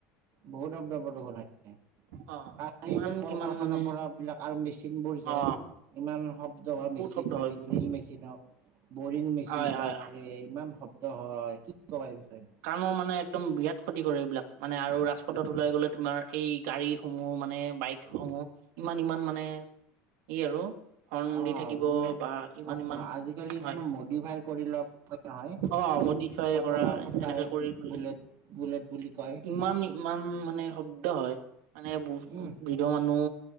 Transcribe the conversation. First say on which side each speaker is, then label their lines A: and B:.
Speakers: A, on the right (about 50°); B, on the right (about 90°).
A: বহুত শব্দ প্ৰদূষণ হৈ আছে।
B: অ কিমান
A: এই যে কল
B: কিমান
A: কাৰখানাৰ
B: মানে
A: পৰা বিলাক আৰু মেচিনবোৰ যে
B: অ
A: ইমান শব্দ বা
B: বহুত
A: মেচিন
B: শব্দ
A: মানে
B: হয় বহুত
A: গ্ৰীল মেচিনক বৰিং মেচিন
B: হয় হয়
A: বাপৰে
B: হয়
A: ইমান শব্দ হয় কি কবা বিষয়ে
B: কাণৰ মানে একদম বিৰাট ক্ষতি কৰে এইবিলাক মানে আৰু ৰাজপথত ওলাই গ'লে তোমাৰ এই গাড়ীসমূহ মানে বাইকস মূহ ইমান ইমান মানে ই আৰু হৰ্ণ
A: অ
B: দি থাকিব
A: য-
B: বা ইমান ইমান
A: আজিকালি
B: হয়
A: মডিফাই কৰি লোৱা নহয়
B: অ। মডিফাই
A: পতকা
B: কৰা
A: ফুটাই
B: সেনেকে কৰি পেল,
A: বুলেট বুলেট বুলি কয়
B: ইমান ইমান মানে শব্দ হয়। মানে
A: উম
B: বৃদ্ধ মানুহ,